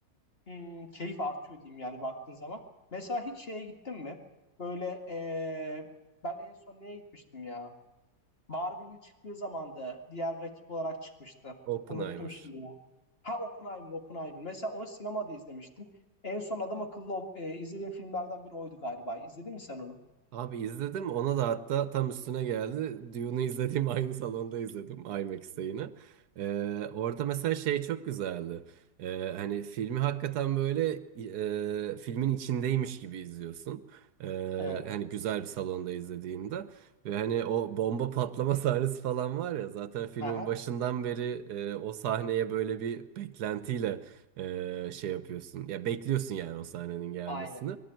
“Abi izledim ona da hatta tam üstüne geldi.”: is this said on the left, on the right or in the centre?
Right